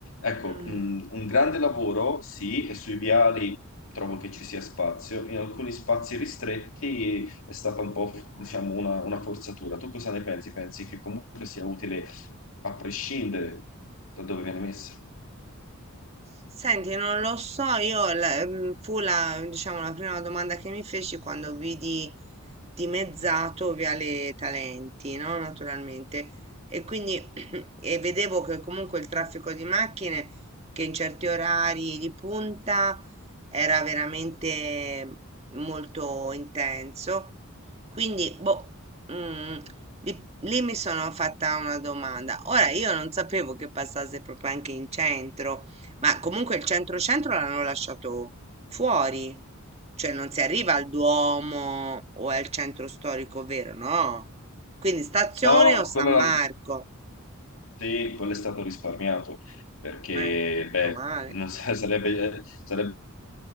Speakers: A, on the left; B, on the right.
A: Ecco,
B: Mm.
A: mh, un grande lavoro, sì, e sui viali trovo che ci sia spazio. In alcuni spazi ristretti è stata un po', diciamo, una, una forzatura. Tu cosa ne pensi? Pensi che comunque sia utile a prescindere da dove viene messa?
B: Senti, non lo so, io la- mm, fu la, diciamo, la prima domanda che mi feci quando vidi dimezzato Viale Talenti, no? Naturalmente. E quindi <clears throat> e vedevo che comunque il traffico di macchine, che in certi orari di punta era veramente molto intenso. Quindi, boh, mm, lì, lì mi sono fatta una domanda. Ora, io non sapevo che passasse proprio anche in centro ma comunque il centro-centro l'hanno lasciato fuori, cioè non si arriva al Duomo o al centro storico vero, no? Quindi stazione
A: No,
B: o San
A: quello, l'ha-
B: Marco,
A: sì, quello è stato risparmiato, perché,
B: eh,
A: beh,
B: male.
A: non sa- sarebbe, eh, sarebbe